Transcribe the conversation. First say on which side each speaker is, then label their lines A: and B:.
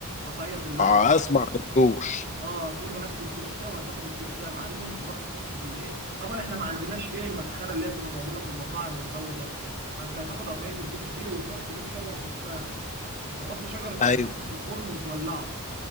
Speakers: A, on the right (about 45°); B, on the left (about 35°).
A: قطعيه في اللحمه
B: آه، اسمع الجوش
A: اه هتقول له هات لي الدوش ده وهتاخد الدوش ده يا معلم تروح تحطه في الايه طبعا احنا ما عندناش ايه المدخنه اللي هي بتبقى موجوده في المطاعم والجو ده فانت هتاخد قطعيه الدوش دي وتروح تجيب شجر تفاح تحط شجر التفاح
B: ايوه
A: ده في الفرن وتولعه